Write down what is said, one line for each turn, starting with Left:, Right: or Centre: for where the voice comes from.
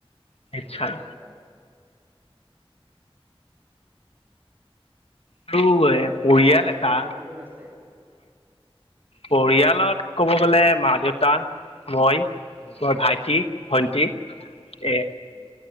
Left: নিশ্চয়
Right: বেলেগকে থাকা।
Left: আৰু
Right: তোমালোকৰ
Left: এ পৰিয়াল
Right: পৰিয়ালত
Left: এটা
Right: কোন কোন আছে?
Left: পৰিয়ালত ক'ব গ'লে মা দেউতা মই
Right: উম
Left: মোৰ ভাইটি,
Right: উম
Left: ভন্টি এ
Right: উম উম